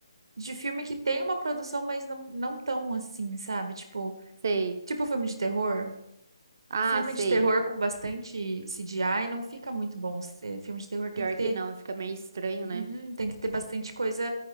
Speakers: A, on the right; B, on the right.
A: de filme que tem uma produção, mas não, não tão assim, sabe? Tipo,
B: Sei.
A: tipo filme de terror.
B: Ah,
A: Filme
B: sei.
A: de terror com bastante CGI não fica muito bom. Se- Filme de terror tem
B: Pior
A: que ter,
B: que não, fica meio estranho, né?
A: uhum, tem que ter bastante coisa,